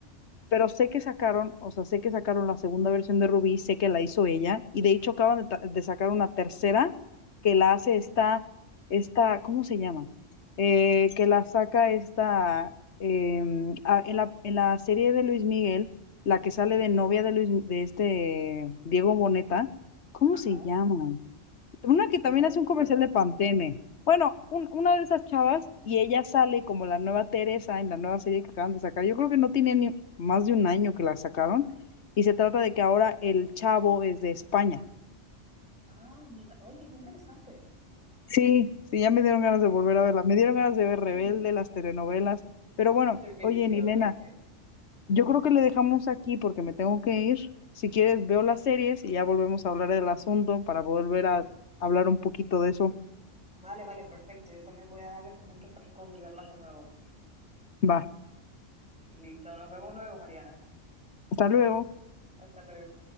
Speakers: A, on the left; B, in the centre.
A: pero sé que sacaron, o sea, sé que sacaron la segunda versión de Ruby, sé que la hizo ella, y de hecho acaban de, ta- de sacar una tercera que la hace
B: Oh,
A: esta,
B: wow.
A: esta, ¿cómo se llama? Eh, que la saca esta, em, ah, en la, en la serie de Luis Miguel, la que sale de novia de Luis, de este Diego Boneta, ¿cómo
B: Ajá.
A: se llama? Una que
B: No
A: también
B: recuerdo.
A: hace un comercial de Pantene. Bueno, un- una de esas chavas y ella sale como la nueva Teresa en la nueva serie que acaban de sacar. Yo creo que no tiene ni más de un año que la sacaron y se trata de que ahora el chavo es de España.
B: Ah, mira, oye, qué interesante.
A: Sí, sí, ya me dieron ganas
B: Sí,
A: de volver a verla. Me dieron ganas de ver Rebelde,
B: sí,
A: las telenovelas. Pero bueno,
B: definitivamente.
A: oye, Nilena, yo creo que le dejamos aquí porque me tengo que ir. Si quieres, veo las series y ya volvemos a hablar del asunto para volver a hablar un poquito de eso.
B: Vale, vale, perfecto. Yo también voy a darle como un refrescón y verlas de nuevo.
A: Va,
B: Listo, nos vemos luego, Mariana.
A: hasta luego.
B: Hasta luego.